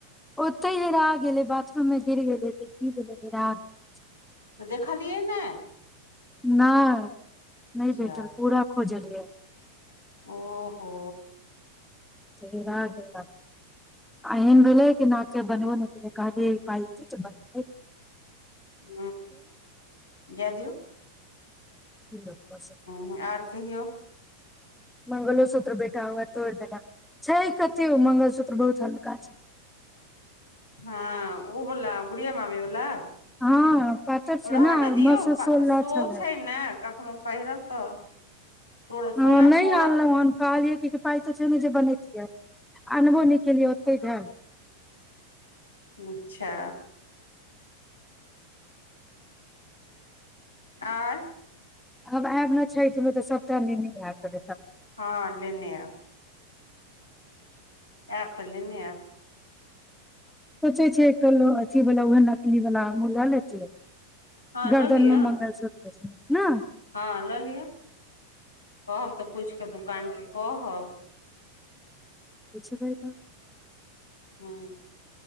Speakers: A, in the centre; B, on the left.
A: ओतहि हरा गेलै बाथरूम मे गिर गेलै तऽ की भेलैे हरा गेल
B: तऽ देख लियै ने
A: नहि नहि
B: जा
A: भेटल पूरा हो जलै
B: ओहो
A: तरा गेल आ एहन भेलै कि नाके बनबो नहि केलै कहबी पाइत तऽ बनबै
B: ह जय दियौ
A: की लोक कऽ सकै
B: ह आर कहियौ
A: मंगलोसूत्र बेटा हए तोड़ देना छै कतौ मंगलसूत्र बहुत हल्का छै
B: हँ ऊबला गुड़िया मम्मीवला
A: हँ पातर छै
B: रहऽ ने दियौ
A: नओ सए सोलह
B: सो
A: छलै
B: छै ने कखनो पहिरब तऽ तोड़
A: हँ
B: सोना
A: नहि
B: तोड़त
A: आनलहुँ हन कहलियै कि पाइ तऽ छै ने जे बनैतियै आनबो नहि केलियै ओते ध ल
B: अच्छा आर
A: आब आयब ने छठ मे तऽ सबटा नैन आयब त
B: हँ लेने आ आऐप तऽ लेने आ
A: सोचे छै कलो अी वला उह नकली वला ओ लए लेत
B: हँ लऽ
A: गर्दनमे
B: लिअ
A: मंगल सुत्र न
B: हँ लऽ लिअ कहब तऽ पूछि कऽ दोकानकेँ कहब
A: पुछबाय तऽ
B: हँ